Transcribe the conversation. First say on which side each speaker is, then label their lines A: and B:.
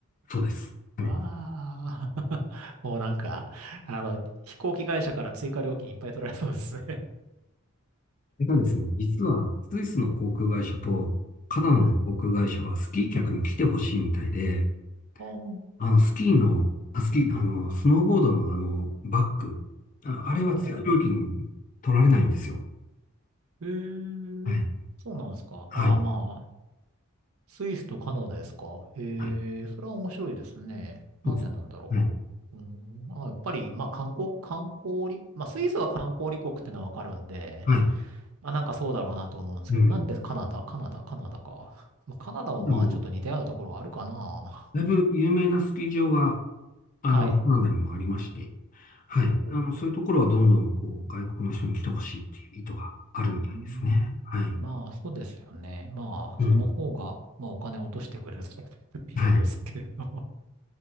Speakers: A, on the left (about 35°); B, on the right (about 80°).
A: そうです。
B: <laughs>
A: はい。
B: わあ、
A: こ
B: <laughs> もうなんか、あの、飛行機会社から追加料金いっぱい取られそうですね
A: れがですね、実は、スイスの航空会社と、カナダの航空会社はスキー客に来てほしいみたいで、
B: <laughs> うん。ああ、ほ
A: あの、スキーの、あ、スキー、あの、スノーボードのあの、バッグ、あ、あれは追加料金取られないんですよ。
B: うほう。へえ、
A: はい。
B: そうなんですか。
A: はい。
B: ああ、まあ、スイスとカナダですかええそれは面白いですね。
A: はい。
B: なんでなんだろう。
A: そうですね
B: うーん、あ、やっぱり、まあ観光、観光立、まあスイスは観光立国ってのはわかるんで、
A: はい。はい。
B: まあなんかそうだろうなと思うんですけど、
A: うん。
B: なんでカナダ、カナダ、カナダか。まあカナダもまあちょっと似たようなところはあるかな。
A: でも、だいぶ有名なスキー場があの、
B: はい。
A: カナダにもありまして、はい。
B: ほうほうほう。
A: あの、そういうところはどんどん、こう、外国の人に来てほしいっていう意図があるみたいですね。
B: うーん。
A: はい。
B: まあそうですよね。まあその方が、
A: うん。
B: まあお金を落としてくれるって微妙ですけれど。
A: はい。